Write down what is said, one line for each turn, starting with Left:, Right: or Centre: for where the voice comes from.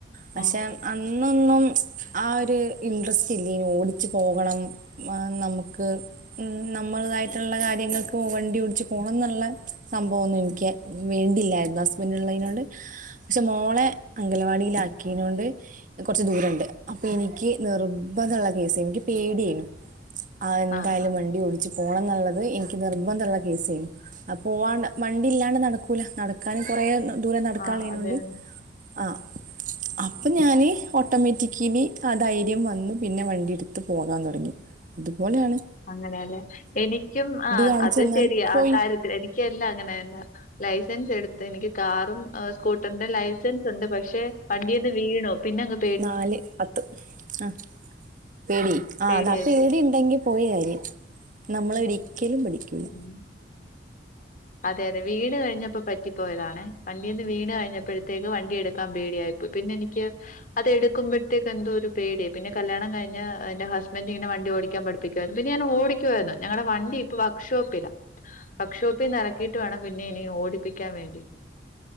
Right: പഷേ
Left: ആ
Right: അന്നൊന്നും ആഹ് ഒരു ഇൻട്രസ്റ്റ് ഇല്ലേനു ഓടിച്ച് പോകണം ആഹ് നമ്മക്ക് ഉം നമ്മളതായിട്ടുള്ള കാര്യങ്ങൾക്ക് വണ്ടി ഓടിച്ച് പോണന്നുള്ള സംഭവൊന്നും എനിക്ക് വേണ്ടില്ലായിരുന്നു ഹസ്ബൻഡ് ഇള്ളയിനോണ്ട് പക്ഷെ മോളെ അംഗലവാടിയിലാക്കിനോണ്ട് കൊറച്ച് ദൂരണ്ട് അപ്പൊ എനിക്ക് നിർബന്ധള്ള കേസെയ്ന്നു എനിക്ക് പേടിയെനു ആഹ് എന്തായാലും
Left: ആ ആ
Right: വണ്ടി വിളി ച്ച് പോണന്നുള്ളത് എനിക്ക് നിർബന്ധള്ള കേസെയ്നു അ പോവാണ്ട് വണ്ടി ഇല്ലാണ്ട് നടക്കൂല ന ക്കാനും കൊറേ ദൂരം നടക്കാനുള്ളയ്നോണ്ട്
Left: ആ അതെ
Right: ആഹ് അപ്പൊ ഞാന് ഓട്ടോമാറ്റിക്കലി ആഹ് ധൈര്യം വന്ന് പിന്നെ വണ്ടി എടുത്ത് പോകാൻ തൊടങ്ങി. ഇതുപോലാണ്
Left: അങ്ങനേല്ലേ എനിക്കും ആഹ്
Right: കാണിച്ച്
Left: അത്
Right: നിന്നാൽ
Left: ശരിയാ
Right: പോയി
Left: ആഹ് കാര്യത്തിൽ എനിക്കെല്ലാം അങ്ങനന്നാ ലൈസൻസ് എടുത്ത് എനിക്ക് കാറും ആ സ്കൂട്ടറിന്റെ ലൈസൻസ്ണ്ട് പക്ഷെ വണ്ടിന്ന് വീണു പിന്നങ്ങ്
Right: നാല് പത്ത് ആഹ് പേടി ആഹ്
Left: പേടിയായി
Right: അതാ പേടിണ്ടെങ്കി
Left: പോയി
Right: പോയ കാര്യം നമ്മളൊരിക്കലും പഠിക്കുല്ല.
Left: ഉം അതെ അതെ വീണ് കഴിഞ്ഞപ്പോ പറ്റിപ്പോയതാണെ വണ്ടീന്ന് വീണ് കഴിഞ്ഞപ്പഴത്തേക്ക് വണ്ടി എടുക്കാൻ പേടിയായി പ്പൊ പിന്നെനിക്ക് അതെടുക്കുമ്പഴത്തേക്ക് എന്തോ ഒരു പേടി പിന്നെ കല്യാണം കഴിഞ് എന്റെ ഹസ്ബൻഡ് ഇങ്ങനെ വണ്ടി ഓടിക്കാൻ പഠി പ്പിക്കുവാര്ന്ന് പിന്നെ ഞാൻ ഓടിക്കുവാര്ന്ന് ഞങ്ങടെ വണ്ടി ഇപ്പ വർക്ക്ഷോപ്പിലാ വർക്ക്ഷോപ് പ്പിന്ന എറക്കീട്ട് വേണം പിന്നെ ഇനി ഓടിപ്പിക്കാൻ വേണ്ടി